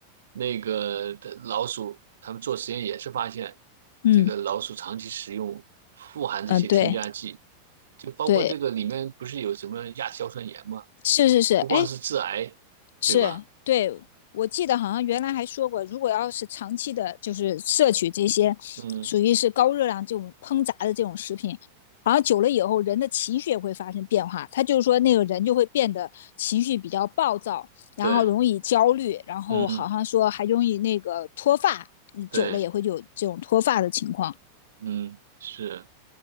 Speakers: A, on the right; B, on the left.
A: 那个的老鼠，他们做实验也是发现，
B: 嗯嗯、
A: 这个老鼠长期食用富含这些添加剂，
B: 呃对
A: 就包括这个里面不是有什么亚硝酸盐吗？
B: 对，是是是，哎，
A: 不光是致癌，
B: 是，
A: 对吧？
B: 对，我记得好像原来还说过，如果要是长期的，就是摄取这些属于是高热量这种烹炸的这种食品，
A: 嗯，
B: 好像久了以后，人的情绪也会发生变化。他就是说，那个人就会变得情绪比较暴躁，然后容易焦虑，
A: 对，
B: 然后好像说还容易那个脱发，
A: 嗯，
B: 你久了也会有这种脱发的情况。
A: 对，嗯，是，